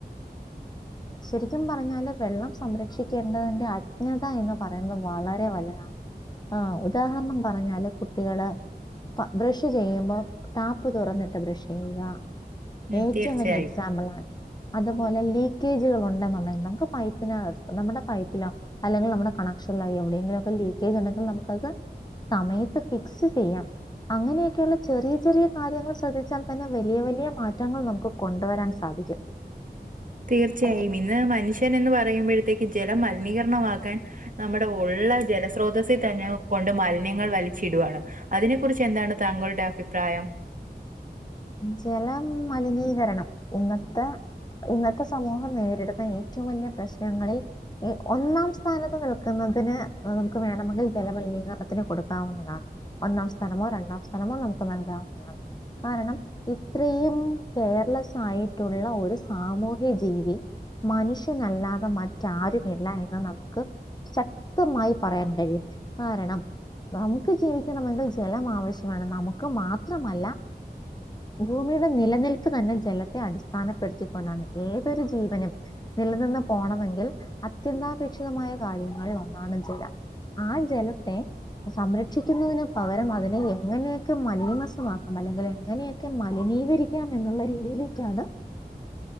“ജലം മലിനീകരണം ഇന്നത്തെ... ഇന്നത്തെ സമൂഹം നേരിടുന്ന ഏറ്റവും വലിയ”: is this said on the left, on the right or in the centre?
Left